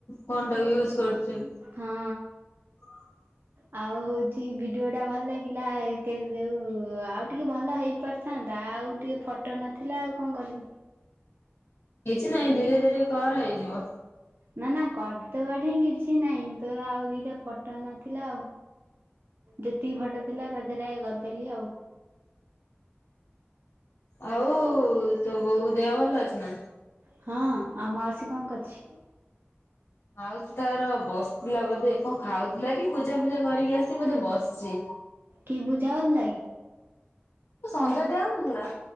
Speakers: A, on the left; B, on the right.
A: ଫୋନ୍ ଟାକୁ ୟୁଜ କରୁଛୁ।
B: ହଁ।
A: ହ।
B: ଆଉ ହଉଛି ଭିଡିଓ ଟା ଭଲ ଲାଗିଲା ଯୋଉ ଆଉ ଟିକେ ଭଲ ହେଇ ପାରିଥାନ୍ତା ଆଉ ଟିକେ ଫଟୋ ନଥିଲା ଆଉ କଣ କରିବି।
A: କିଛି ନାଇଁ ଧୀରେ ଧୀରେ କର ହେଇଯିବ।
B: ନା ନା କରିଦବାଠିଁ କିଛି ନାହିଁ ତୋର ଆଉ ଦିଟା ଫଟ ନଥିଲା ଆଉ। ଯେତିକି ଫଟ ଥିଲା ତା ଦେହରେ କରଦେଲି ଆଉ।
A: ଆଉ ତୋ ବୋଉ ଦେହ ଭଲ ଅଛି ନା?
B: ହଁ ଆଉ ମାଉସୀ କଣ କରୁଚି?
A: ମାଉସୀ ତାର ବସିଥିଲା ବୋଧେ କଣ ଖାଉଥିଲା କି ପୂଜା ଫୂଜା କରିକି ଆସିି ବୋଧେ ବସିଚି।
B: କି ବୁଝାହୋଉ ଥିଲାଗି?
A: ସନ୍ଧ୍ୟା ଦିଆହୋଉନଥିଲା?